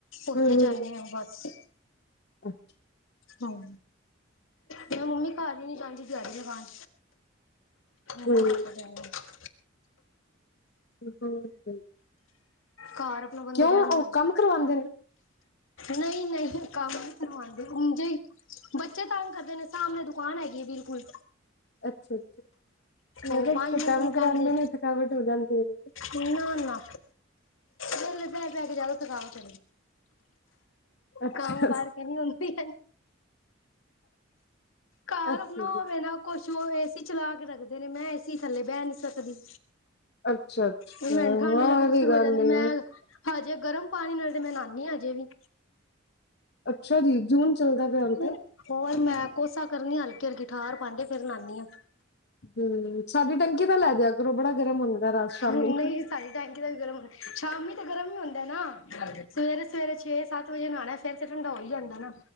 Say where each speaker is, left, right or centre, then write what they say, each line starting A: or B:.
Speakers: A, on the left; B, on the left.
A: ਉੱਥੇ
B: ਹੂੰ
A: ਜਾਨੀ ਹਾਂ ਬਸ
B: ਹੂੰ
A: ਹਮ। ਮੈਂ ਮੰਮੀ ਘਰ ਹੀ ਨੀ ਜਾਂਦੀ ਦਿਹਾੜੀ ਲਗਾਣ ਬੜਾ
B: ਹੂੰ
A: ਘੱਟ ਜਾਦੀ ਹਾਂ।
B: <unintelligible>
A: ਘਰ ਆਪਣਾ ਬੰਦੇ
B: ਕਿਉਂ
A: ਜੈਂਜ ਮਰਜ਼ੀ
B: ਉਹ ਕੰਮ ਕਰਵਾਉਂਦੇ ਨੇ
A: ਨਈ-ਨਈ ਕੰਮ ਨੀ ਕਰਵਾਉ ਉੰਜੇ ਹੀ ਬੱਚੇ ਤੰਗ ਕਰਦੇ ਨੇ ਸਾਮਣੇ ਦੁਕਾਨ ਹੈਗੀ ਏ ਬਿਲਕੁਲ।
B: ਅੱਛਾ-ਅੱਛਾ ਮੈਂ
A: ਉਹ
B: ਕਿਹਾ
A: ਪੰਜ
B: ਕਿੱਥੇ
A: ਮਿੰਟ
B: ਕੰਮ
A: ਨੀ
B: ਕਰਾਂਦੇ
A: ਬੈਂਦੇ
B: ਨੇ ਥਕਾਵਟ ਹੋ ਜਾਂਦੀ ਹੋਣੀ ਹ।
A: ਨਾ-ਨਾ ਵੇਲੇ ਬੇਹ-ਬੇਹ ਕੇ ਜਾਦਾ ਥਕਾਵਟ
B: ਅੱਛਾ
A: ਕੰਮ ਕਰਕੇ ਨੀ ਹੁੰਦੀ। ਘਰ
B: ਅੱਛਾ
A: ਰੁਕਣਾ
B: ਜੀ
A: ਹੋਵੇੇ ਨਾ ਕੁਛ ਔ ਏਸੀ ਚਲਾ ਕੇ ਰੱਖਦੇ ਨੇ ਮੈਂ ਏਸੀ ਥੱਲੇ ਬਹਿ ਨੀ ਸਕਦੀ।
B: ਅੱਛਾ-ਅੱਛਾ
A: ਮੈਨੂੰ
B: ਹਾਂ
A: ਠੰਢ ਲੱਗਣੀ
B: ਵੀ
A: ਸ਼ੁਰੂ
B: ਗੱਲ
A: ਹੋ ਜਾਂਦੀ
B: ਏ
A: ਮੈਂ ਹਜੇ ਗਰਮ ਪਾਣੀ ਨਾਲ ਤੇ ਮੈਂ ਨਾਉਦੀ ਹ ਹਜੇ ਵੀ।
B: ਅੱਛਾ ਜੀ ਜੂਨ ਚੱਲਦਾ ਪਿਆ ਹੁਣ ਤੇ
A: ਹਮ <unintelligible> ਹੋਰ ਮੈਂ ਕੋਸਾ ਕਰਨੀ ਹਲਕੀ-ਹਲਕੀ ਠਾਰ ਪਨ ਕੇ ਫੇਰ ਨਾਨੀ ਹਾਂ।
B: ਹਮ ਸਾਡੀ ਟੈਂਕੀ ਦਾ ਲੈ ਜਾਆ ਕਰੋ ਬੜਾ ਗਰਮ ਹੁੰਦਾ ਰਾਤ ਸ਼ਾਮੀ।
A: ਨਹੀਂ ਸਾਡੀ ਟੈਂਕੀ ਦਾ ਵੀ ਗਰਮ ਸ਼ਾਮੀ ਤੇ ਗਰਮ ਈ ਹੁੰਦਾ ਨਾ ਸਵੇਰੇ-ਸਵੇਰੇ ਛੇ-ਸੱਤ ਵਜੇ ਨਾਣਾ। ਫੇਰ ਤੇ ਠੰਡਾ ਹੋ ਹੀ ਜਾਂਦਾ ਨਾ।